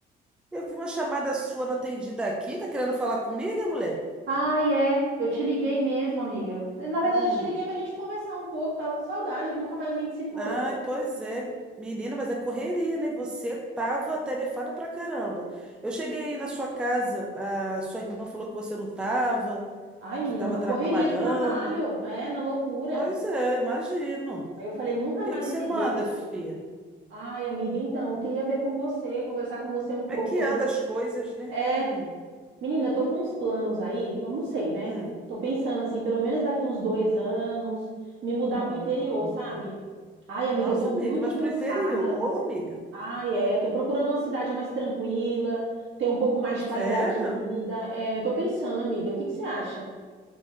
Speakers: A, in the centre; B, on the right.
A: Eu vi uma chamada sua não atendida aqui. Tá querendo falar comigo, mulher?
B: Ai, é, eu te liguei mesmo, amiga. Eh, Na verdade,
A: Hum.
B: eu te liguei pra gente conversar um pouco, tava com saudade, nunca mais a gente se falou.
A: Ai, pois é, menina, mas é correria, né? Você tava tarefada pra caramba. Eu cheguei aí na sua casa, a sua irmã falou que você não tava,
B: Ai, menina,
A: que tava
B: na
A: trabalhando.
B: correria do trabalho, é, na loucura.
A: Pois é, imagino. O
B: Aí eu falei, nunca
A: que
B: mais
A: é que você
B: liguei.
A: manda, filha?
B: Ai, amiga, então, eu queria ver com você, conversar com você um
A: Como
B: pouco
A: é que
B: sobre.
A: anda as coisas, né?
B: É,
A: Hum,
B: menina, eu tô com uns planos aí, então não sei, né?
A: hum,
B: Tô pensando assim, pelo menos daqui uns dois anos, me mudar pro
A: hum.
B: interior, sabe? Ai, amiga,
A: Nossa,
B: eu tô muito
A: amiga, mas
B: cansada.
A: pro interior, amiga?
B: Ah, é. Tô procurando uma cidade mais tranquila, ter um pouco mais
A: Sério?
B: de qualidade de vida. É, eu tô pensando, amiga, o que que você acha?